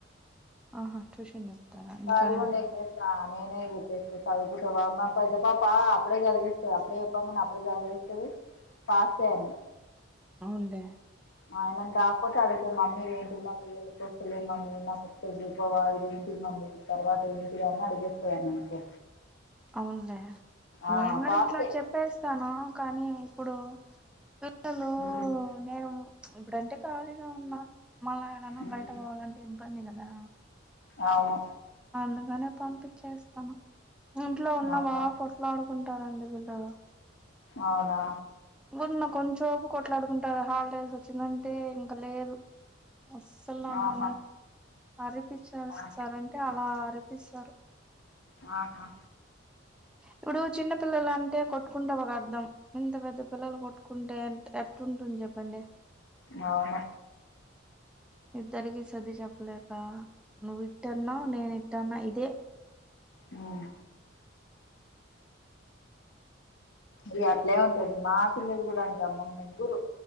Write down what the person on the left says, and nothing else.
కాలి గుండేమ్ ఏం చేస్ తా నేనే చెప్పేస్త, ఫైవ్ కి తర్వాత మాద్ద పాపా అప్పుడే చదివేస్తది, అప్పుడే చెప్ప మన్ అప్పుడే చదివేస్ పాస్తాను.
ఆ నేను రాకపోతే అడుగుతది, మమ్మీ ఇది ఏంటి మమ్మీ? ఇది ఏంటిది, వస్తలేదు మమ్మీ నాకు తెజుకోవా ఇదేంటి మమ్మీ, తర్వాత ఏంటిదని అని అడిగేస్తదండి అంతే
ఆ
ఫాస్టే
ఉమ్
మ్మ్
ఆవును
అవునా
అవునా
ఆహా
ఆ
ఆహా
అవును.
అవును ఇగ అట్లే ఉంటది మా పిల్లలు కూడా అంతే అమ్మా ముగ్గురు.